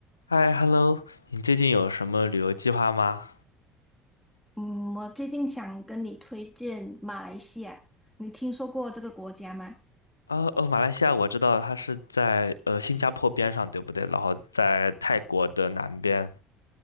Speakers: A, on the left; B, in the centre.
A: 嗨，hello，你最近有什么旅游计划吗？
B: 嗯，我最近想跟你推荐马来西亚，你听说过这个国家吗？
A: 哦哦，马来西亚我知道它是在呃新加坡边上，对不对？然后在泰国的南边，